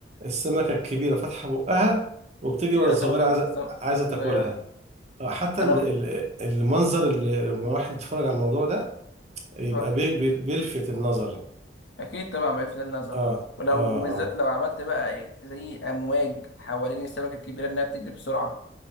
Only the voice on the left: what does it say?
تيجي
على
سمكة
سم-
سمكة
صغيرة
أنا
مم.
اه
أكيد طبعا بيلفت النظر
ولو
وبالذات
لو عملت بقى إيه، زي أمواج حوالين السمكة الكبيرة إنها بتجري بسرعة